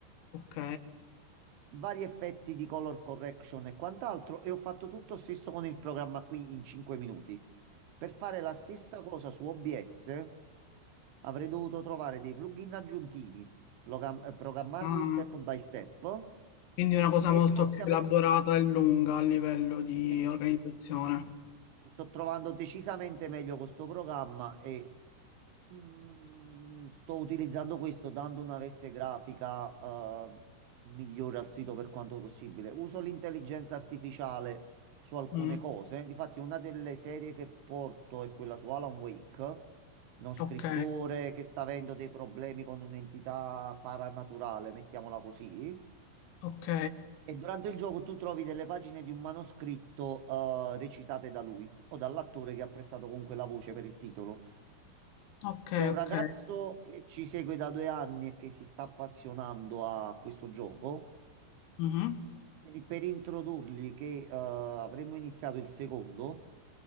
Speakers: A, on the left; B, on the right.
A: ok.
B: vari effetti di color correction e quant'altro, e ho fatto tutto stesso con il programma qui in 5 minuti. Per fare la stessa cosa su OBS avrei dovuto trovare dei plugin aggiuntivi, program- eh, programmarli
A: Ah,
B: step by step
A: quindi una cosa
B: e
A: molto
B: forse
A: più
B: avrei...
A: elaborata e lunga a livello di
B: sì.
A: organizzazione.
B: Mi sto trovando decisamente meglio con sto programma e mm, sto utilizzando questo dando una veste grafica eh, migliore al sito per quanto possibile. Uso l'intelligenza artificiale su alcune
A: Mm,
B: cose. Difatti, una delle serie che porto è quella su Alan Wake, uno scrittore
A: ok,
B: che sta avendo dei problemi con un'entità paranaturale, mettiamola così.
A: ok,
B: E durante il gioco tu trovi delle pagine di un manoscritto eh, recitate da lui o dall'attore che ha prestato comunque la voce per il titolo.
A: ok,
B: C'è un ragazzo
A: ok.
B: che ci segue da due anni e che si sta appassionando a questo gioco.
A: Mhm,
B: Quindi per introdurgli che eh, avremmo iniziato il secondo,